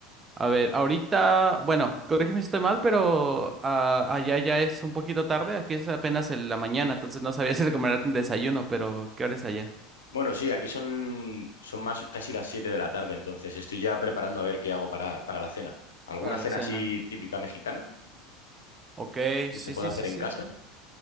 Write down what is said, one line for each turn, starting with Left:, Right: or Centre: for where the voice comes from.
Right: A ver, ahorita, bueno, corrígeme si estoy mal, pero ah, allá ya es un poquito tarde, aquí es apenas en la mañana, entonces no sabía <laughs> si recomendarte un desayuno, pero ¿qué hora es allá?
Left: Bueno, sí, aquí son, son más casi las 7 de la tarde, entonces estoy ya preparando a ver qué hago para, para la cena. ¿Alguna
Right: Para
Left: cena
Right: la cena.
Left: así típica mexicana
Right: Ok,
Left: que
Right: sí,
Left: se pueda
Right: sí,
Left: hacer
Right: sí,
Left: en
Right: sí.
Left: casa?